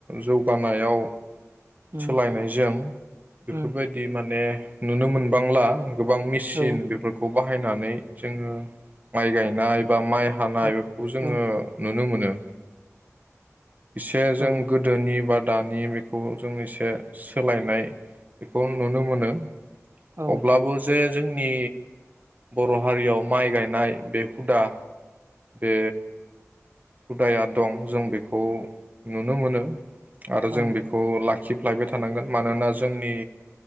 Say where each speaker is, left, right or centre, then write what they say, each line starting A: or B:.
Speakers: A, on the right (about 35°); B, on the right (about 55°).
A: जौगानायाव
B: उम
A: सोलायनायजों बेफोरबायदि
B: उम
A: माने नुनो मोनबांला गोबां मिसिन
B: औ
A: बेफोरखौ बा बाहायनानै जोङो माइ गायनाय बा माइ हानाय
B: औ
A: बेफोरखौ जोङो
B: औ
A: नुनो मोनो <inaudible> इसे जों
B: औ
A: गोदोनि बा दानि बे खौ जों इसे सोलायनाय बेखौ आं नुनो मोनो
B: औ
A: अब्लाबो जे जोंनि बर' हारियाव माइ गायनाय बे हुदा बे हुदाया दं जों बेखौ नुनो मोनो आरो
B: औ
A: जों बेखौ लाखि फ्लायबाय थानांगोन मानोना जोंनि